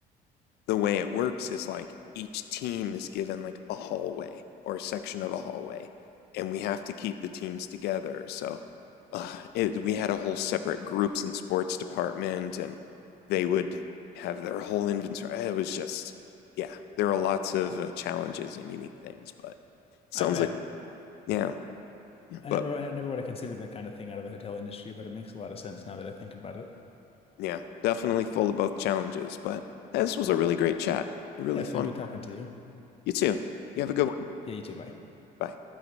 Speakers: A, on the left (about 75°); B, on the left (about 35°).
A: the way it works is like each team is given like a hallway or a section of a hallway, and we have to keep the teams together. So uh, it, we had a whole separate groups and sports department, and they would have their whole inventory. It was just, yeah, there are lots of uh, challenges and unique things, but sounds
B: I bet.
A: like, yeah, yeah,
B: I
A: but
B: never I never would have considered that kind of thing out of the hotel industry, but it makes a lot of sense now that I think about it.
A: yeah, definitely full of both challenges. But this was a really great chat, really
B: Yeah, it's
A: fun.
B: been good talking to you.
A: You too.
B: Yep.
A: You have a good one.
B: Yeah, you too. Bye.
A: Bye.